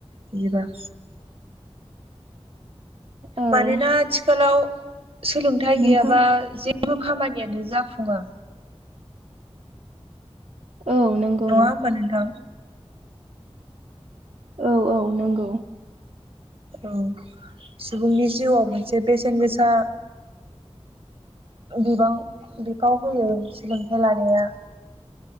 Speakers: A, on the right; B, on the right.
A: बिदिबा
B: औ
A: मानोना आथिखालाव सोलोंथाइ गैयाबा
B: नोंथां
A: जे खामानियानो जाफुङा।
B: औ नंगौ
A: नङा होनबा नोंथां?
B: औ औ नंगौ
A: औ सुबुंनि जिउआव मोनसे बेसेन गोसा बिबां बिफाव होयो सोलोंथायाइ लानाया।